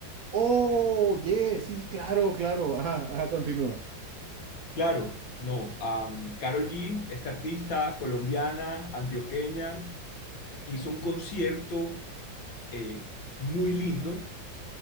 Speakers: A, on the right; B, on the left.
A: Oh, yes, sí, sí, claro, claro. Ajá, ajá, continúa.
B: Claro, no. Carol Karol G, esta artista colombiana, antioqueña, hizo un concierto eh, muy lindo,